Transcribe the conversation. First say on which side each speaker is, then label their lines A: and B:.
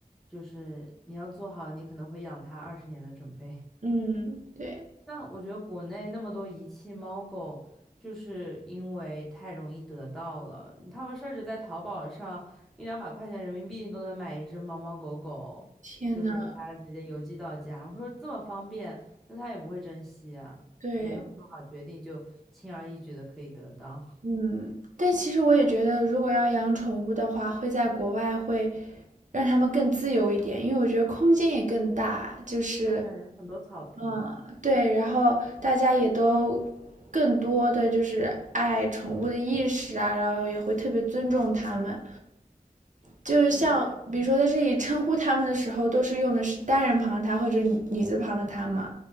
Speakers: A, in the centre; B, on the right (about 55°).
A: 就是你要做好你可能会养它二十年的准备。
B: 嗯，对。
A: 像我觉得国内那么多遗弃猫狗，就是因为太容易得到了，他们甚至在淘宝上一两百块钱人民币都能买一只猫猫狗狗，
B: 天呐，
A: 就是给它直接邮寄到家。我说这么方便，那它也不会珍惜啊，
B: 对，
A: 也没有做好决定就轻而易举的可以得到。
B: 嗯，但其实我也觉得，如果要养宠物的话，会在国外会让它们更自由一点，因为我觉得空间也更大，就是，
A: 对，很多草坪。
B: 嗯，对，然后大家也都更多的就是爱宠物的意识啊，然后也会特别尊重它们，就是像比如说在这里称呼它们的时候，
A: 嗯
B: 都是用的是单人旁的它或者女女字旁的它嘛，